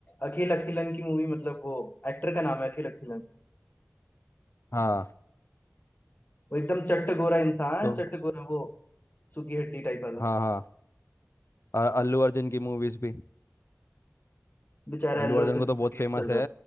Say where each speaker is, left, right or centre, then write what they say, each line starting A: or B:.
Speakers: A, on the left (about 45°); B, on the left (about 80°).
A: अखिल अखिलन की मूवी मतलब वो एक्टर का नाम है अखिल अखिलन
B: हाँ
A: वो एकदम चट्ट गोरा इंसान
B: तो
A: चट्ट गोरा वो सूखी हड्डी टाइप वाला
B: हाँ हाँ और अल्लू अर्जुन की मूवीज भी
A: बेचारा
B: अल्लू
A: अल्लू
B: अर्जुन
A: अर्जुन
B: को तो
A: का
B: बहुत
A: केस
B: फेमस
A: चल
B: है
A: रहा